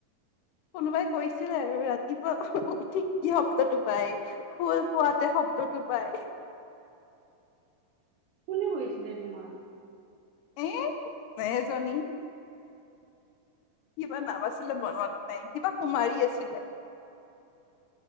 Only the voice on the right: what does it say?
কোনে কৈছিলে তোমাৰ?